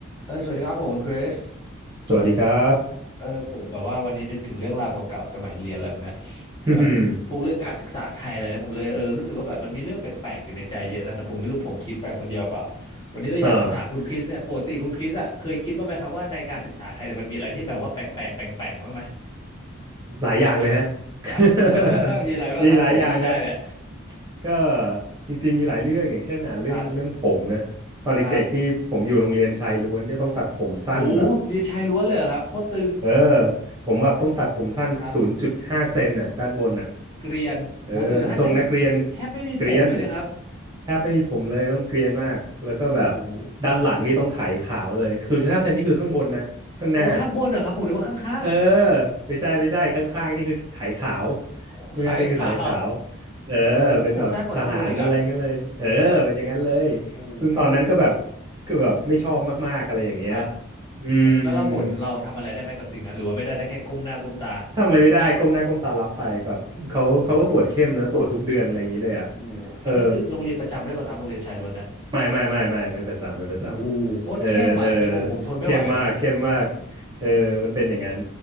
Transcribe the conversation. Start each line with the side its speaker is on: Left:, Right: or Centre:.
Left: เออสวัสดีครับผมคุณคริส
Right: สวัสดีครับ
Left: เออผมแบบว่าวันนี้นึกถึงเรื่องราวเก่าๆสมัยเรียนอะไรแบบนะ
Right: <laughs> อืม
Left: แบบพวกเรื่องการศึกษาไทยอะไรเนี่ยผมเลยเออรู้สึกว่าแบบมันมีเรื่องแปลกๆอยู่ในใจเยอะนะแต่ผมไม่รู้ผมคิดไปคนเดียวเปล่าวันนี้เราอยากมาถามคุณคริสเนี่ยปกติคุณคริสอ่ะเคยคิดบ้างไหมครับว่าในการศึกษาไทยเนี่ยมันมีอะไรที่แบบว่าแปลกๆแปลงๆบ้างไหม
Right: เออหลายอย่างเลยฮะ
Left: อ่ะ <laughs>
Right: <laughs>
Left: มีอะไรบ้างครับผมที่คิดได้เนี่ย
Right: มีหลายอย่างเลยฮะก็จริงๆมีหลายเรื่องอย่างเช่นอ่ะเรื่องเรื่องผมนะตอนเด็กๆนี่ผมอยู่โรงเรียนชายล้วนที่ยต้องตัดผมสั้นแบบ
Left: ครับครับหูเรียนชายล้วนเลยเหรอครับโคตรตึง
Right: เออผมแบบต้องตัดผมสั้นศูนย์จุดห้าเซนน่ะด้านบนน่ะ
Left: ครับเกรียนโหศูนย์จุดห้าเซนก็แทบไม่มีผมเลยนะครับ
Right: เออทรงนักเรียนเกรียนแทบไม่มีผมเลยต้องเกรียนมากแล้วก็แบบ
Left: โห
Right: ด้านหลังนี่ต้องไถขาวเลยศูนย์จุดห้าเซนนี่คือข้างบนนะข้างหน้า
Left: โอ้ข้างบนเหรอครับผมนึกว่าข้าง
Right: เออไม่ใช่ไม่ใช่ข้างๆนี่คือไถขาว
Left: ๆโอ้ขายข่าว
Right: ข้างๆนี่คือไถขาว
Left: โอ้
Right: เออเป็นแบบทหารอะไรงั้นเลยเออเป็นอย่างนั้นเลย
Left: ผมสั้นกว่าตำรวจอีกอะโอ้
Right: ซึ่งตอนนั้นก็แบบก็แบบไม่ชอบมากๆอะไรอย่างเงี้ย
Left: ครับ
Right: อืมอืม
Left: เอ่อแล้วเราบ่นเราทำอะไรได้ไหมกับสิ่งนั้นหรือว่าไม่ได้ได้แค่ก้มหน้าก้มตา
Right: ทำอะไรไม่ได้ก้มหน้าก้มตารับไปแบบเขาเขาก็ตรวจเข้มนะตรวจทุกเดือนอะไรอย่างนี้เลยอ่ะ
Left: โอ้โหอันนี้คือโรงเรียนประจำด้วยป่ะครับโรงเรียนชายล้วนนะ
Right: เออไม่ไม่ไม่ไม่ไม่ประจำไม่ประจำเออเออ
Left: โอ้โหโคตรเข้มอ่ะเป็นผมผมทนไม่ไหวอะ
Right: เข้มมากเข้มมากเออมันเป็นอย่างนั้น